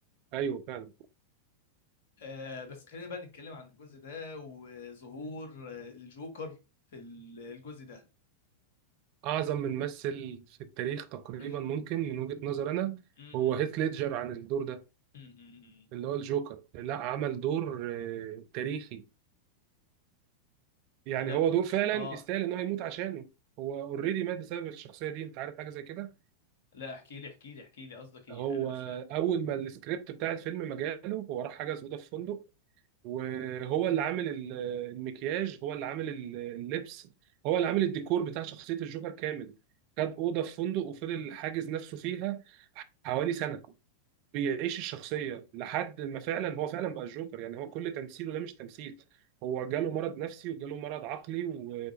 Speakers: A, on the right; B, on the left.
A: أيوه فعلا
B: آه بس خلينا بقى نتكلم عن الجزء ده وظهور آه، الجوكر في ال- الجزء ده
A: أعظم ممثل في التاريخ تقريبا
B: <coughs>
A: ممكن من وجهة نظر أنا
B: <clears throat> م- م-
A: هو هيث ليدجر عن الدور ده
B: م- م-
A: اللي هو الجوكر لا عمل دور آه، تاريخي يعني
B: انا
A: هو
B: ب...
A: دور فعلا
B: اه
A: يستاهل ان هو يموت عشانه هو اوريدي مات بسبب الشخصيه دي انت عارف حاجه زي كده
B: لا احكي لي احكي لي احكي لي قصدك ايه
A: هو
B: انا مش فاهم
A: اول ما السكريبت بتاع الفيلم ما جاله هو راح حجز اوضه في فندق وهو اللي عامل ال- المكياج هو اللي عامل ال- اللبس هو اللي عامل الديكور بتاع شخصيه الجوكر كامل خد اوضه في فندق وفضل حاجز نفسه فيها حوالي سنه بيعيش الشخصية لحد ما فعلا هو فعلا بقى الجوكر يعني هو كل تمثيله ده مش تمثيل هو جاله مرض نفسي وجاله مرض عقلي و...